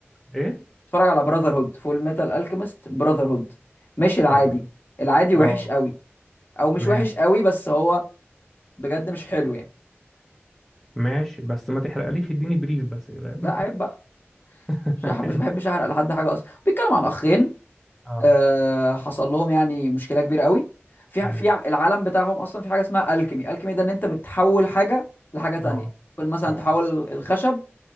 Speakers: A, in the centre; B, on the left.
A: ايه
B: اتفرج على براذر هود فول ميتال الكيميست براذر هود مش العادي
A: تمام
B: العادي
A: اه
B: وحش قوي او مش
A: ماشي
B: وحش قوي بس هو بجد مش حلو يعني
A: ماشي بس ما تحرقليش اديني بريف بس كده
B: لا عيب بقى
A: <laughs>
B: مش هح- مش بحبش احرق لحد حاجه اصلا بيتكلم عن اخين
A: اه
B: آه حصل لهم يعني مشكله كبيره قوي في
A: امم
B: ع- في ع- العالم بتاعهم اصلا في حاجه اسمها الكيمي الكيمي ده ان انت بتحول حاجه لحاجه تانية
A: اه
B: ممكن مثلا
A: اه
B: تحول الخشب